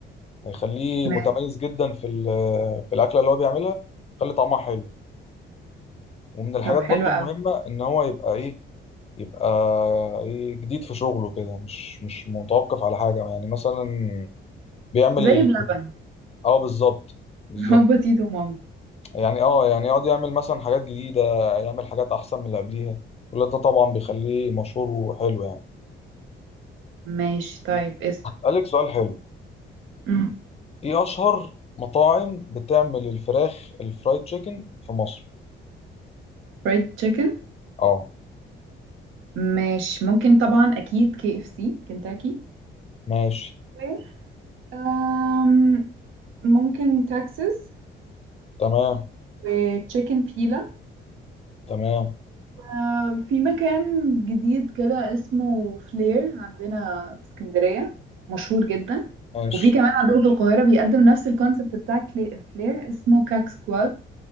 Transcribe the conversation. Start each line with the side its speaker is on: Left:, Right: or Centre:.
Left: هيخليه
Right: ماشي
Left: متميز جدا في ال- في الاكله اللي هو بيعملها يخلي طعمها حلو ومن الحاجات
Right: طب حلو
Left: برضو
Right: قوي
Left: المهمة ان هو يبقى ايه يبقى ايه جديد في شغله كده مش مش متوقف على حاجة يعني مثلا بيعمل
Right: زي بلبن
Left: اه بالظبط بالظبط
Right: <laughs> هو تيتو مامبا
Left: يعني اه يعني يقعد يعمل مثلا حاجات جديدة يعمل حاجات احسن من اللي قبليها كل ده طبعا بيخليه مشهور وحلو يعني
Right: ماشي طيب اسأل
Left: قالك سؤال حلو
Right: امم
Left: ايه اشهر مطاعم بتعمل الفراخ الفرايد تشيكن في مصر
Right: فريد تشيكن
Left: اه
Right: ماشي ممكن طبعا اكيد كي اف سي كنتاكي
Left: ماشي
Right: و أم، ممكن تكساس
Left: تمام
Right: وتشيكن فيلا
Left: تمام
Right: أه، في مكان جديد كده اسمه فلير عندنا في اسكندرية مشهور جدا
Left: ماشي
Right: وفي كمان عندهم في القاهرة بيقدم نفس الكونسبت بتاع كلي- فلير اسمه كاك سكواد